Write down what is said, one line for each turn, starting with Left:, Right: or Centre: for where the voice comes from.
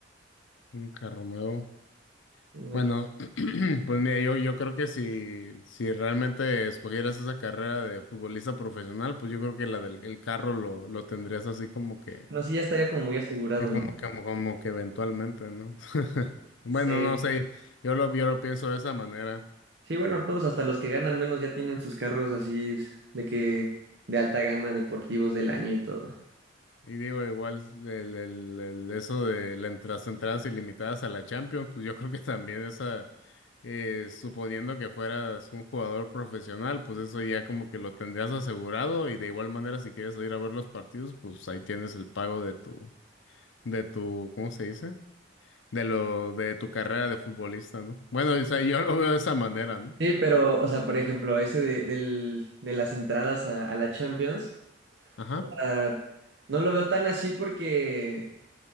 Left: Un carro nuevo.
Right: No,
Left: Bueno, <clears throat> pues mira, yo, yo creo que si, si realmente escogieras esa carrera de futbolista profesional, pues yo creo que la del el carro lo, lo tendrías así como que,
Right: no sé, ya estaría como muy asegurado,
Left: eh, como,
Right: ¿no?
Left: como, como que eventualmente, ¿no? <laughs> Bueno,
Right: Sí.
Left: no sé, yo lo, yo lo pienso de esa manera.
Right: Sí, bueno, todos, hasta los que ganan menos ya tienen sus carros así de que de alta gama, deportivos del año y todo.
Left: Y digo, igual el, el- el- eso de la entra- las entradas ilimitadas a la Champions, pues yo <laughs> creo que también esa, eh, suponiendo que fueras un jugador profesional, pues eso ya como que lo tendrías asegurado y de igual manera si quieres ir a ver los partidos, pues ahí tienes el pago de tu, de tu, ¿cómo se dice? De lo, de tu carrera de futbolista, ¿no? Bueno, o sea, yo lo veo de esa manera, ¿no?
Right: Sí, pero, o sea, por ejemplo, ese de, del- de las entradas a, a la Champions,
Left: Ajá.
Right: ah, no lo veo tan así porque,